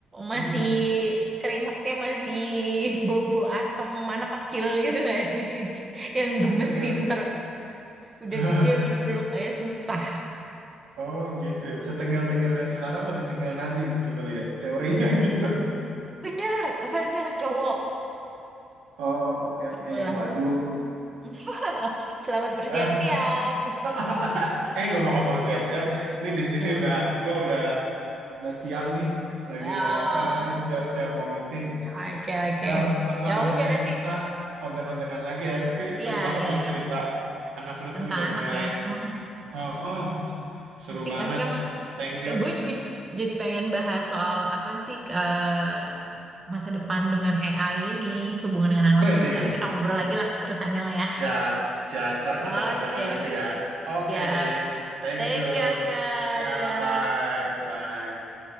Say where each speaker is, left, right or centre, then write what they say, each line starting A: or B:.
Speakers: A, on the right (about 30°); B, on the right (about 80°).
A: masih
B: Hmm,
A: keringetnya masih <laughs> bau-bau asem anak kecil gitu gak sih? <laughs> Yang
B: Setengil.
A: gemesin ter udah
B: <laughs>
A: gede mau dipeluk aja susah.
B: Oh, gitu ya. Setengil-tengilnya sekarang lebih tengil nanti gitu kali ya. Teorinya <laughs> gitu.
A: Bener, apalagi anak cowok.
B: oh oke
A: Seru
B: oke,
A: lah.
B: Waduh.
A: <laughs> Selamat bersiap-siap.
B: Eh, <laughs> eh ngomong-ngomong siap-siap. Ini di sini
A: Eh,
B: udah, gua udah udah siang nih. Lagi
A: ah,
B: mau apa namanya siap-siap mau meeting.
A: oke oke.
B: Ntar apa
A: Ya
B: namanya
A: udah nanti.
B: kita kontek-kontekan lagi ya. Tapi
A: Ya
B: seru banget
A: ya
B: loh
A: ya.
B: cerita anak lu
A: Tentang
B: tuh udah
A: anak
B: mulai.
A: ya. Oh,
B: Oh, oh, seru
A: Asik
B: banget.
A: asik emang.
B: Thank you.
A: Gue juga jadi pengen bahas soal apa sih eh, masa depan dengan AI ini, hubungan dengan anak kita.
B: deh
A: Ntar kita ngobrol lagi lah terusannya lah ya.
B: siap, siap. Ntar
A: Oke,
B: kontek-kontekan lagi ya. Oke,
A: siap.
B: Din. Thank
A: Thank
B: you.
A: you Angga.
B: Ya,
A: Dadah.
B: bye, bye.